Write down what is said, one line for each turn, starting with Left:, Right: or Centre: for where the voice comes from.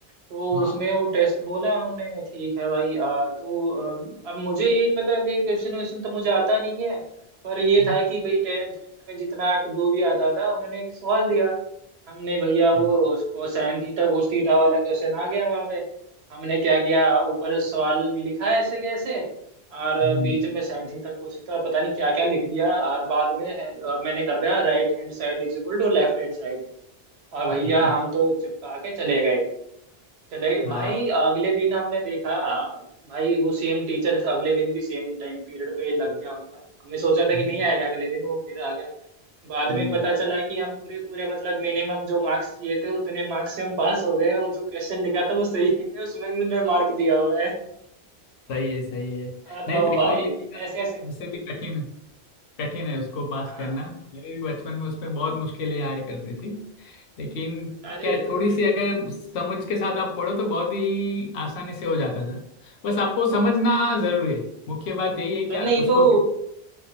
Right: तो
Left: हाँ
Right: उसमें वो टेस्ट बोला उन्होंने ठीक है भाई आ, तो अम, अब मुझे ये पता है भाई क्वेश्चन वेश्चन तो मुझे आता नहीं है पर ये
Left: हाँ
Right: था कि भाई टेंथ में जितना जो भी आता था उन्होंने एक सवाल दिया हमने भैया वो
Left: हाँ।
Right: उसको साइन थीटा cos थीटा वाला क्वेश्चन आ गया वहां पे हमने क्या किया ऊपर सवाल लिखा ऐसे कैसे और
Left: हम्म,
Right: बीच में साइन थीटा cos थीटा पता नहीं क्या क्या लिख दिया और बाद में है, अ, मैंने कर दिया right hand side is equal to left hand side और भैया
Left: <laughs>
Right: हम तो चिपका के चले गए चले
Left: हाँ,
Right: भाई अगले दिन हमने देखा भाई वो सेम टीचर अगले दिन भी सेम टाइम पीरियड पे लग गया उनका हमने सोचा था
Left: हम्म,
Right: कि नहीं आएगा अगले दिन वो फिर आ गया बाद
Left: हम्म,
Right: में पता चला कि हम पूरे पूरे मतलब मिनिमम जो मार्क्स चाहिए थे उतने मार्क्स से हम पास हो गए वो जो क्वेश्चन लिखा था वो सही है उसमें भी उन्होंने मार्क दिया हुआ है
Left: सही है सही है
Right: बताओ
Left: नहीं त्रिकोणमिति
Right: भाई
Left: का
Right: ऐसे
Left: विषय
Right: ऐसे
Left: वैसे भी कठिन है कठिन है उसको पास
Right: हाँ
Left: करना मेरे भी बचपन में उसमें बहुत मुश्किलें आया करती थी लेकिन
Right: अरे
Left: क्या है, थोड़ी सी अगर समझ के साथ आप पढ़ो तो बहुत ही आसानी से हो जाता था बस आपको समझना जरूरी है मुख्य बात यही है कि आप
Right: नहीं
Left: उसको
Right: तो
Left: <laughs>